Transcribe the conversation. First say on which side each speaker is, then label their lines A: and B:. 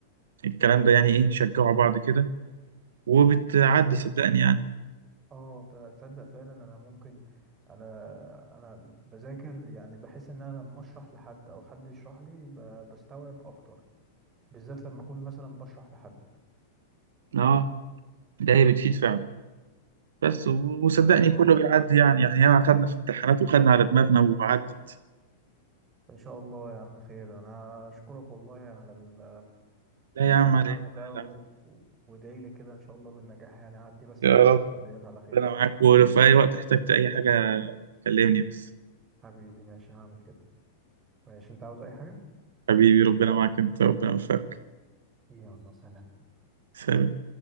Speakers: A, on the right; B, on the right.
A: الكلام ده يعني ايه شجعوا بعض كده وبتعدي صدقني يعني
B: اه انت تصدق فعلا انا ممكن انا انا بذاكر يعني بحس ان انا لما اشرح لحد او حد يشرح لي ب- بستوعب اكتر بالذات لما اكون مثلا بشرح لحد
A: اه ده هي بتفيد فعلا بس
B: ان
A: و- وصدقني
B: شاء الله
A: كله بيعدي يعني يعني ياما خدنا في امتحانات وخدنا على دماغنا وعدت
B: ان شاء الله يا عم خير انا اشكرك والله على ال
A: لا يا
B: على
A: عم
B: الدعم
A: على إيه؟
B: ده و...
A: لا، لا.
B: و... وادعي لي كده ان شاء الله بالنجاح يعني اعدي بس
A: يا
B: الفترة
A: رب
B: ديت على خير
A: انا معاك ولو في اي وقت احتجت اي حاجه كلمني بس
B: حبيبي ماشي هعمل كده ماشي انت عاوز اي حاجة
A: حبيبي ربنا معاك انت ربنا يوفقك
B: يلا سلام
A: سلام